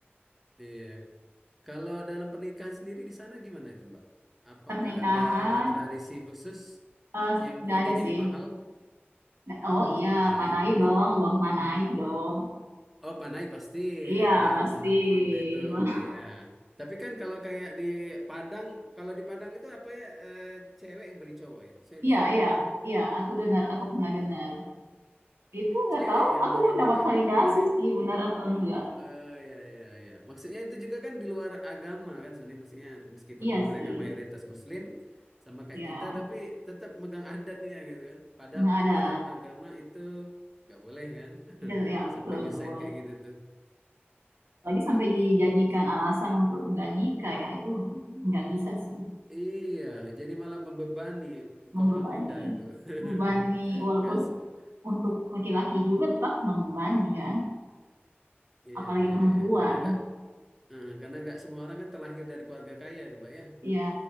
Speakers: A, in the centre; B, on the right.
A: Iya. Kalau dalam pernikahan sendiri di sana gimana itu, Mbak? Apakah
B: pernikahan
A: ada tradisi khusus
B: eh,
A: yang
B: nggak
A: buat
B: ada
A: dia jadi
B: sih
A: mahal?
B: Nggak-
A: Hmm,
B: oh iya
A: nggak ada
B: panai
A: ya.
B: dong uang panai dong
A: Oh, panai pasti
B: iya
A: gitu ya,
B: pasti
A: dimanapun itu.
B: di mana
A: Iya. Tapi kan kalau kayak di Padang, kalau di Padang itu apa ya, eh, cewek yang beli cowok ya? Saya
B: iya
A: lupa itu.
B: iya iya aku dengar aku pernah dengar Itu nggak
A: Cewek
B: tahu,
A: yang
B: aku
A: ngeluarin
B: belum
A: duit
B: dapat
A: ya,
B: validasi
A: bener ya?
B: sih benar atau enggak.
A: Eh ya ya ya. Maksudnya itu juga kan di luar agama kan sebenarnya maksudnya meskipun
B: Iya
A: mereka
B: sih,
A: mayoritas Muslim sama kayak
B: ya
A: kita tapi tetap megang adatnya gitu kan. Padahal
B: nggak
A: kan
B: ada,
A: kalau dalam agama itu nggak boleh kan <laughs>
B: tidak ya betul
A: sampai nyusahin
B: nggak boleh.
A: kayak gitu tuh.
B: Lagi sampai dijadikan alasan untuk nggak nikah ya itu nggak bisa sih
A: Iya, jadi malah membebani
B: membebani,
A: kaula muda itu. <laughs>
B: membebani walaupun
A: Nggak, se-
B: untuk laki-laki juga tetap membebani kan,
A: iya
B: apalagi
A: iya
B: perempuan.
A: iya. Karena nggak eh, karena nggak semua orang kan terlahir dari keluarga kaya itu mbak ya
B: Ya